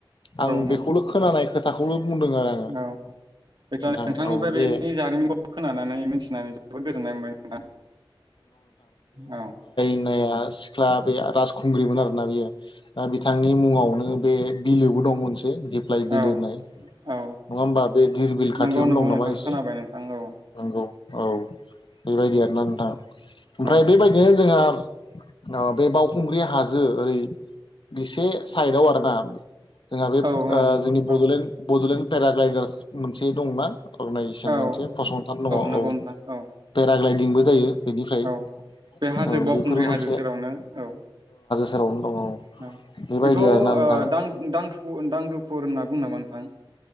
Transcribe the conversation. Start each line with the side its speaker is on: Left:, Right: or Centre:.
Left: आं
Right: नंगौ
Left: बेखौल' खोनानाय खोथाखौल' बुंदों आरो। आङो
Right: औ जायखि
Left: नोंथां
Right: जाया नोंथांनिफ्राय
Left: औ बे
Right: बेनि जारिमिनखौ खोनानानै मिथिनानै जोबोद गोजोननाय मोनबाय नोंथां औ।
Left: नाया सिख्लाब बे राजखुंग्रिमोन
Right: औ
Left: आरोना बेयो दा बिथांनि मुङावनो बे बिलोबो दं मोनसे दिफ्लाय बिलिरनाय।
Right: औ
Left: नङा
Right: औ
Left: हबा बे धिरबिल खाथियावनो
Right: नंगौ नंगौ
Left: दं नामा
Right: नोंथां
Left: एसे
Right: खोनाबाय
Left: नंगौ।
Right: नोंथां औ
Left: औ बेबायदि आरोना नोंथां। ओमफ्राय
Right: औ
Left: बेबायदिनो जोंहा अ बे बावखुंग्रि हाजो ओरै बेसे साइदआव आरोना। जोंहा बे
Right: औ औ
Left: ओ
Right: नंगौ
Left: जोंनि बड'लेण्ड
Right: औ
Left: बड'लेण्ड पेराग्लायदार्स मोनसे दं ना। अगनाजेसन
Right: औ
Left: मोनसे फसंथान दङ
Right: नंगौ
Left: औ
Right: नोंथां औ
Left: पेराग्लाय इंबो जायो। बेनिफ्राय
Right: औ बे हाजो
Left: औ
Right: बावखुंग्रि
Left: बेफोर मोनसे
Right: हाजो सेरावनो औ।
Left: <unintelligible>
Right: औ
Left: बेबायदि
Right: बेखौ
Left: आरोना नोंथाङा
Right: ओ दां दांथुुर दांथुफुर होनना बुंङो नामा? <unintelligible>